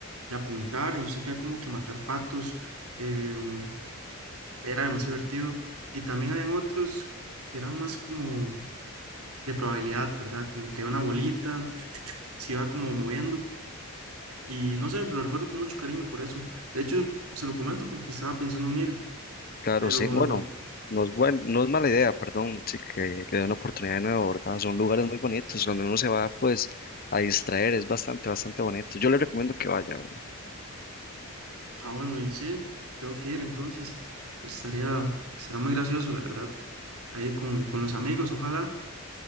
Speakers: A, on the right; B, on the left.
A: de apuntar y usted tenía como que matar patos. em, era demasiado divertido. Y también habían otros que eran más como de probabilidad, ¿verdad? Como que caía una bolita, chu, chu, chu, se iba como moviendo. Y no sé, lo recuerdo con mucho cariño por eso. De hecho, se lo comento porque estaba pensando en ir,
B: Claro,
A: pero,
B: sí. Bueno,
A: mm,
B: no es buen- no es mala idea, perdón, sí, que le dé una oportunidad de nuevo, ¿verdad? Son lugares muy bonitos. Cuando uno se va, pues, a distraer, es bastante, bastante bonito. Yo le recomiendo que vaya, ¿verdad?
A: ah, bueno, y sí, tengo que ir, entonces estaría, será muy gracioso, la verdad. Ahí con, con los amigos, ojalá.